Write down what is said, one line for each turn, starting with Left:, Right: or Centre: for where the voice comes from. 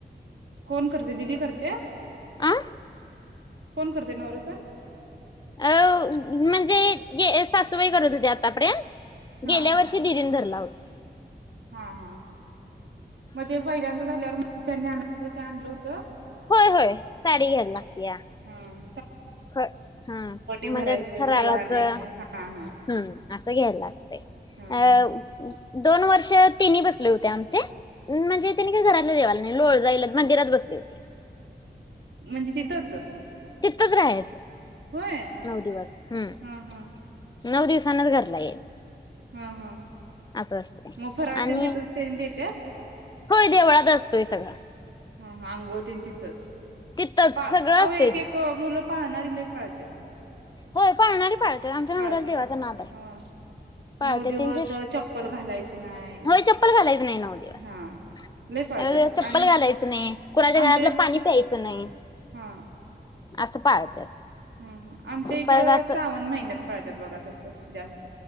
Right: कोण करते दिदी करते?
Left: आ
Right: कोण करते नवरत्न?
Left: अ म्हणजे सासूबाई करत होते आतापर्यंत
Right: हा
Left: गेल्या वर्षी दिदीन धरला होता
Right: हा हा मग ते फैल्यांदा धरल्यावर शनी आण ते आणल होत.
Left: होय होय साडी घ्यायला लागतीया.
Right: हम्म
Left: ख हम
Right: भरायची
Left: म्हणजे अस खराळाच
Right: फळं आणायची
Left: हम्
Right: हा हा
Left: असं घ्यायला लागत. अ
Right: हा हा
Left: दोन वर्ष तेनी बसले होते आमचे म्हणजे तेनी का घरातले देवाला लोळ जाईल मंदिरात बसले होते.
Right: म्हणजे तिथंच?
Left: तिथंच राहायचं.
Right: होय,
Left: नऊ दिवस हम्म
Right: हं हं.
Left: नऊ दिवसांनच घरला यायचं.
Right: हा हा
Left: असं असतंय
Right: मग फराळ
Left: आणि
Right: तेन तिथंच येन देतात.
Left: होय देवळात असतोय सगळा.
Right: हा हा अंघोळतीन तिथंच.
Left: तिथंच
Right: पा
Left: सगळं
Right: अवो
Left: असतंय
Right: एक
Left: तिथं
Right: एक मुलं पाहणारी लय पाळत्यात.
Left: होय पाळणारी पाळते आमच्या
Right: पाळत्यात
Left: नवऱ्याला देवाचा नाद आहे.
Right: हा
Left: पाळते
Right: नऊ दिवस
Left: त्यांचे
Right: चप्पल घालायचं नाय
Left: होय चप्पल घालायच नाही नऊ दिवस
Right: हा लय पाळत्यात
Left: नऊ दिवस चप्पल
Right: आणि
Left: घालायच कुणाच्या
Right: आमचे
Left: घरात पाणी प्यायचं नाही.
Right: हा
Left: असं पाळत्यात.
Right: हम् हम आमच्या इकड
Left: परत असं
Right: श्रावण महिन्यात पाळतात बघा तसं जास्त.